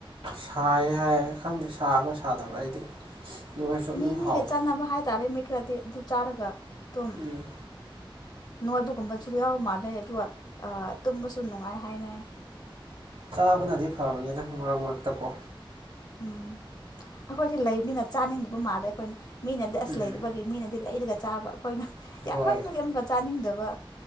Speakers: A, on the right; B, on the left.
A: ꯁꯥꯏ ꯍꯥꯏ ꯈꯪꯗꯦ ꯁꯥꯕ꯭ꯔ ꯁꯥꯗꯕ ꯑꯩꯗꯤ ꯑꯗꯨ ꯑꯣꯏꯔꯁꯨ
B: ꯃꯤ
A: ꯑꯗꯨꯝ
B: ꯃꯤꯒ
A: ꯍꯥꯎꯋꯦ
B: ꯆꯥꯟꯅꯕ ꯍꯥꯏꯇꯥꯥꯔꯦ ꯃꯤ ꯈꯔꯗꯤ ꯑꯗꯨ ꯆꯥꯔꯒ ꯑꯗꯨꯝ
A: ꯎꯝ
B: ꯅꯣꯏꯕꯒꯨꯝꯕꯁꯨ ꯌꯥꯎ ꯃꯥꯜꯂꯦ ꯑꯗꯨꯒ ꯇꯨꯝꯕꯁꯨ ꯅꯨꯡꯉꯥꯏ ꯍꯥꯏꯅꯩ
A: ꯆꯥꯕꯅꯗꯤ ꯐꯕꯅꯤꯗ ꯃꯔꯛ ꯃꯔꯛꯇ ꯀꯣ
B: ꯎꯝ ꯑꯩꯈꯣꯏꯗꯤ ꯂꯩꯕꯅꯤꯅ ꯆꯥꯅꯤꯡꯗꯕ ꯃꯥꯜꯂꯦ ꯑꯩꯈꯣꯏꯅ ꯃꯤꯅꯗꯤ ꯑꯁ
A: ꯎꯝ
B: ꯂꯩꯗꯕꯒꯤ ꯃꯤꯅꯗꯤ ꯂꯩꯔꯒ ꯆꯥꯕ ꯑꯩꯈꯣꯏꯅ ꯌꯥꯝꯃꯟꯕꯒꯤ
A: ꯍꯣꯏ
B: ꯑꯃꯨꯛꯀ ꯆꯥꯅꯤꯡꯗꯕ